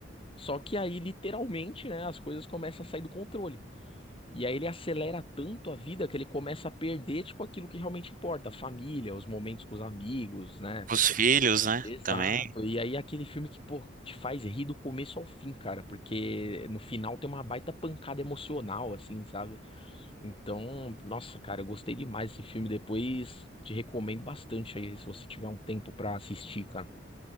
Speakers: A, on the left; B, on the right.
A: Só que aí, literalmente, né, as coisas começam a sair do controle. E aí ele acelera tanto a vida que ele começa a perder, tipo, aquilo que realmente importa, a família, os momentos com os amigos, né?
B: Os filhos, né?
A: Exato.
B: Também.
A: E aí aquele filme que, pô, te faz rir do começo ao fim, cara, porque no final tem uma baita pancada emocional, assim, sabe? Então, nossa, cara, eu gostei demais desse filme. Depois te recomendo bastante aí, se você tiver um tempo pra assistir, cara.